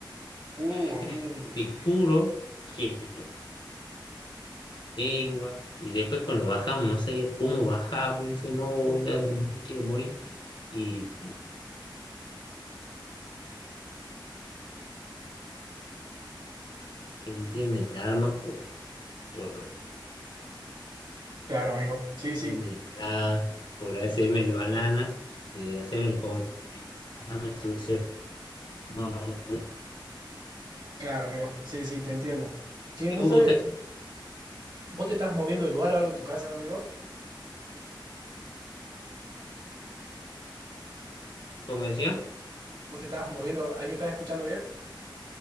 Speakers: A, on the right; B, on the left.
A: Uh,
B: <laughs>
A: a mí.
B: te juro que lengua, y después cuando bajamos, no sabía cómo bajar, y dice, no, ya me me quiero morir, y Él tiene el alma por, por
A: Claro, amigo. Sí,
B: hacerme
A: sí.
B: el alá, por hacerme el banana, de hacerme con mandarme su No, no, no,
A: Claro, amigo. Sí, sí, te entiendo. Che, ¿vos
B: me gusta,
A: sabés, vos te estás moviendo de lugar o algo en tu casa, amigo?
B: como decía.
A: ¿Vos te estás moviendo? ¿Ahí me estás escuchando bien?